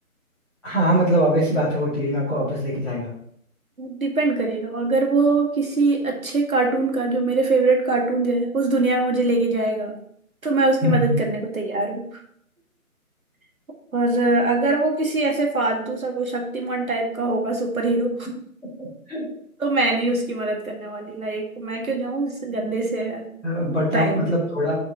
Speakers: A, in the centre; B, on the right.
A: हाँ मतलब obvious सी बात है वो टीवी में आपको वापस लेके जाएगा
B: डिपेंड करेगा अगर वो किसी अच्छे कार्टून का जो मेरे फेवरेट कार्टून है उस दुनिया में मुझे लेके जाएगा तो मैं उसकी
A: हम्म।
B: मदद करने को तैयार हूँ <laughs> और अगर वो किसी ऐसे फालतू सा कोई शक्तिमान टाइप का होगा सुपर हीरो
A: <laughs>
B: तो मैं नहीं उसकी मदद करने वाली लाइक मैं क्यों जाऊं इस गंदे से
A: बट
B: टाइम
A: आप मतलब थोड़ा